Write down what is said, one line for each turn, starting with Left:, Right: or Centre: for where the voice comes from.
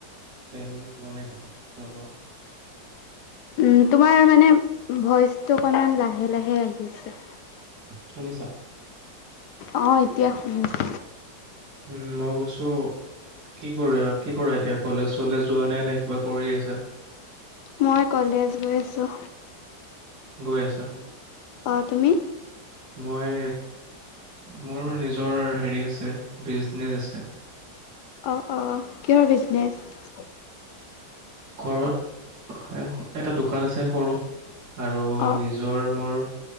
Right: প্লেনিং কৰা নাই ক'তো যাব?
Left: উম, তোমাৰ মানে ভইচটো অকনমান লাহে লাহে আহিছে।
Right: শুনিছা?
Left: অহ, এতিয়া শুনছো।
Right: উম, মই গৈছো কি কৰিবা, কি কৰা এতিয়া কলেজ চলেজ যোৱা নাই নে কিবা কৰি আছা?
Left: মই কলেজ গৈ আছোঁ।
Right: গৈ আছা?
Left: অ, তুমি?
Right: মই মোৰ নিজৰ হেৰি আছে, বিজনেছ আছে।
Left: অ, অ, কিহৰ বিজনেছ?
Right: ঘৰত এটা দোকান আছে সৰু। আৰু
Left: অঁ
Right: নিজৰ মোৰ